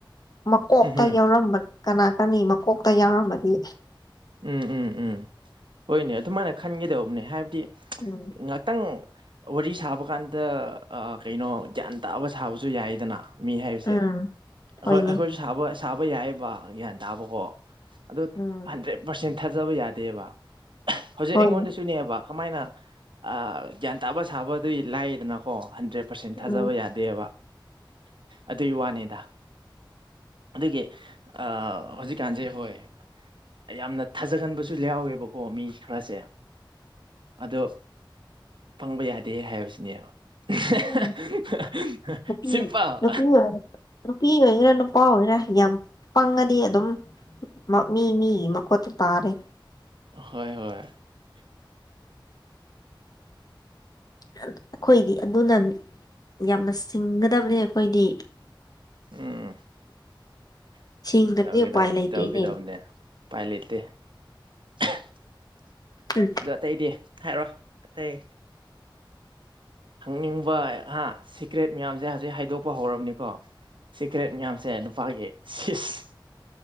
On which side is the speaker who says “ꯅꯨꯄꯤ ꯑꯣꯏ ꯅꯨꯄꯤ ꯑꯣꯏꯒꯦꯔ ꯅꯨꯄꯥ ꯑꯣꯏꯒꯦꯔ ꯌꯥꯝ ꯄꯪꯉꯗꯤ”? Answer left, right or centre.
Left